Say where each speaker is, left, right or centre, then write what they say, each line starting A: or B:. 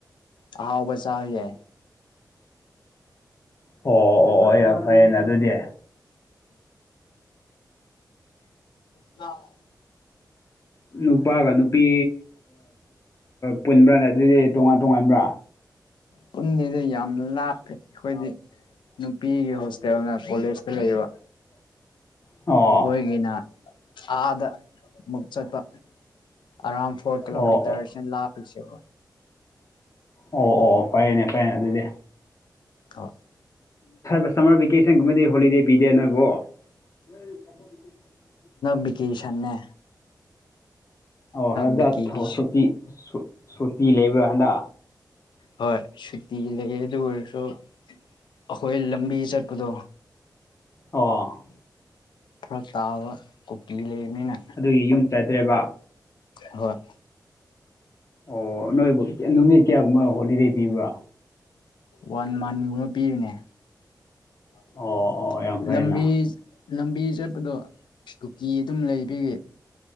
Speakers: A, on the left (about 85°); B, on the left (about 40°).
A: ꯍꯥꯎꯕ ꯆꯥ ꯌꯥꯏ
B: ꯑꯣ ꯑꯣ ꯑꯣ ꯑꯣ ꯌꯥꯝ ꯐꯩꯌꯦꯅ ꯑꯗꯨꯗꯤ
A: ꯎꯝ
B: ꯅꯨꯄꯥꯒ ꯅꯨꯄꯤ ꯄꯨꯟꯕ꯭ꯔꯥ ꯅꯠꯇ꯭ꯔꯗꯤ ꯇꯣꯉꯥꯟ ꯇꯣꯉꯥꯟꯕ꯭ꯔꯥ
A: ꯄꯨꯟꯅꯤꯗ ꯂꯦ ꯑꯩꯈꯣꯏꯗꯤ ꯅꯨꯄꯤꯒꯤ ꯍꯣꯁꯇꯦꯜꯅ ꯀꯣꯂꯦꯖꯇ ꯂꯩꯌꯦꯕ
B: ꯑꯣ
A: ꯑꯩꯈꯣꯏꯒꯤꯅ ꯑꯥꯗ ꯑꯃꯨꯛ ꯆꯠꯄ ꯑꯔꯥꯎꯟ ꯐꯣꯔ ꯀꯤꯂꯣꯃꯤꯇꯔꯁꯤꯅ
B: ꯑꯣ ꯑꯣ
A: ꯂꯥꯞꯂꯤꯁꯦ
B: ꯑꯣ ꯑꯣ ꯑꯣ ꯐꯔꯦꯅꯦ ꯐꯔꯅꯦ ꯑꯗꯨꯗꯤ
A: <unintelligible>
B: ꯎ ꯁꯝꯃꯔ ꯚꯦꯀꯦꯁꯟꯒꯨꯝꯕꯗꯤ ꯍꯣꯂꯤꯗꯦ ꯄꯤꯗꯦ ꯅꯣꯏꯕꯨ <inaudible>
A: ꯕꯤꯀꯦꯁꯟꯅꯦ
B: ꯑꯣ ꯍꯗ
A: ꯚꯦꯀꯦꯁ
B: ꯁꯨꯇꯤ ꯁꯨꯇꯤ ꯂꯩꯕ꯭ꯔꯥ ꯍꯟꯗ
A: ꯍꯣꯏ ꯁꯨꯇꯤ ꯂꯩ ꯑꯗꯨ ꯑꯣꯏꯔꯁꯨ ꯑꯩꯈꯣꯏ ꯂꯝꯕꯤ ꯆꯠꯄꯗꯣ
B: ꯑꯣ
A: ꯐꯔꯛ ꯇꯥꯕ ꯀꯨꯀꯤ ꯂꯩꯕꯅꯤꯅ
B: ꯑꯗꯨꯒꯤ ꯌꯨꯝ ꯆꯠꯗ꯭ꯔꯦꯕ
A: ꯍꯣꯏ
B: ꯑꯣ ꯅꯣꯏꯕꯨ ꯅꯨꯃꯤꯠ ꯀꯌꯥꯒꯨꯝꯕ ꯍꯣꯂꯤꯗꯦ ꯄꯤꯕ꯭ꯔꯥ
A: ꯋꯥꯟ ꯃꯟꯒꯨꯝꯕ ꯄꯤꯕꯅꯦ <inaudible>
B: ꯑꯣ ꯑꯣ ꯌꯥꯝ ꯐꯩꯅ
A: ꯂꯝꯕꯤ ꯂꯝꯕꯤ ꯆꯠꯄꯗꯣ ꯀꯨꯀꯤ ꯑꯗꯨꯝ ꯂꯩꯔꯤ